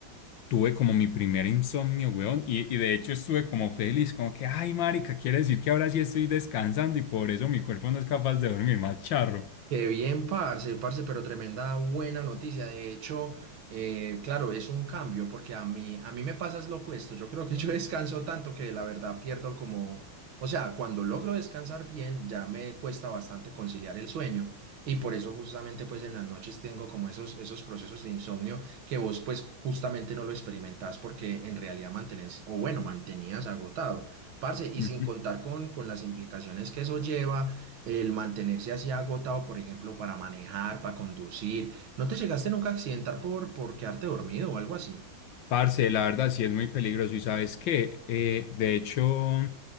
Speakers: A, on the left; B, on the right.
A: tuve como mi primer insomnio, weón, y, y de hecho estuve como feliz, como que, ay, marica, quiere decir que ahora sí estoy descansando y por eso mi cuerpo no es capaz de dormir, más charro.
B: Qué bien, parce, parce, pero tremenda buena noticia. De hecho, eh, claro, es un cambio porque a mí, a mí me pasa es lo opuesto. Yo creo que <laughs> yo descanso tanto que la verdad pierdo como, o sea, cuando logro descansar bien, ya me cuesta bastante conciliar el sueño. Y por eso justamente pues en las noches tengo como esos, esos procesos de insomnio que vos pues justamente no lo experimentás porque en realidad mantenés, o bueno, mantenías agotado. Parce, y
A: Ujú.
B: sin contar con, con las implicaciones que eso lleva el mantenerse así agotado, por ejemplo, para manejar, para conducir. ¿No te llegaste nunca a accidentar por, por quedarte dormido o algo así?
A: Parce, la verdad sí es muy peligroso y sabes qué, Eh, de hecho,